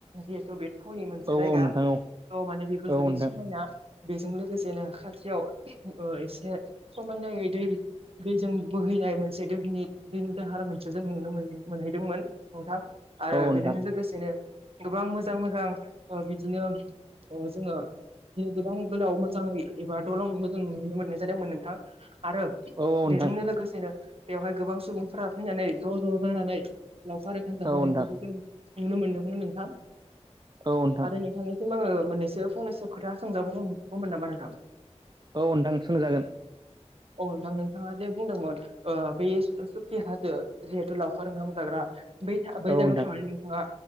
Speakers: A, on the right; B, on the right.
A: जिहेथु बे फुंनि मोनसे
B: औ
A: जायगा
B: औ नोंथां औ
A: थ' माने बेबो
B: औ
A: जोबोद
B: नोंथां
A: समायना। बेजों लोगोसेनो खाथियाव ओ एसे समायनायै दै दैजों बोहैनाय मोनसे दोहनि दैनि दाहारा मोनसे जों नुनो मोनहैदोंमोन नोंथां। आरो
B: औ नोंथां
A: बेजोंनो लोगोसेनो गोबां मोजां मो जां ओ बिदिनो ओ जोङो दिनै गोबां गोलाव मोजाङै एबा दलंखौ जों नुनो मोननाय जादोंमोन नोंथां। आरो
B: औ नोंथां
A: बेजोंनो लोगोसेनो बेवहाय गोबां सुबुंफोरा फैनानै ज' ज' जानानै लावखार ओंखाम जाह'नायखौबो
B: औ नोंथां
A: जों नुनो मोनदोंमोन नोंथां।
B: औ नोंथां
A: आरो नोंथांनिसिम आङो मोननैसो फंनैसो खोथा सोंजाबो हमगौमोन नामा नोंथां‌?
B: औ नोंथां सोंजागोन
A: औ नोंथां नोंथाङा जे बुंदोंमोन ओ बे सुखि हाजो जिहेथु लावखार ओंखाम जाग्रा बै बै
B: औ
A: जायगायाव
B: नोंथां
A: थांनानै नोंथाङा